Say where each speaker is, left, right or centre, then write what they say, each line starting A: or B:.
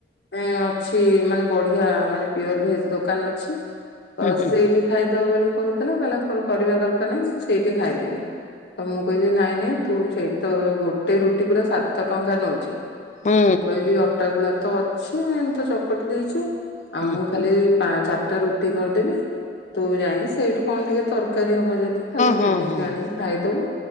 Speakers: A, on the left; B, on the left.
A: ଏ ଅଛି ମାନେ ବଢିଆ ମାନେ ପିଓର ଭେଜ ଦୋକାନ ଅଛି। ତ
B: ହୁଁ ହୁଁ
A: ସେଇଠି ଖାଇଦବ ବୋଲି କହୁଥିଲା କହିଲା ତୋର କରିବା ଦରକାର ନାହିଁ ମୁଁ ସେଇଠି ଖାଇଦେବି। ତ ମୁଁ କହିଲି ନାଇଁ ନାଇଁ ତୁ ସେଇ ତ ଗୋଟେ ରୁଟି ପୁରା ସାତ ଟଙ୍କା ନଉଚି।
B: ହଁ
A: ମୁଁ କହିଲି ଅଟାଗୁଳା ତ ଅଛି ମୁ ତ ଚକଟି ଦେଇଚି। ଆ
B: ହୁଁ
A: ମୁଁ
B: ହୁଁ
A: ଖାଲି ଚାରିଟା ରୁ ରୁଟି କରିଦେବି ତୁ ଯାଇକି ସେଇଠୁ କଣ ଟିକେ ତରକାରୀ ହବ ଯଦି ଖାଲି
B: ହଁ
A: କିଣିକି
B: ହଁ ହଁ
A: ଆଣିକି
B: ହଁ
A: ଖାଇଦବୁ।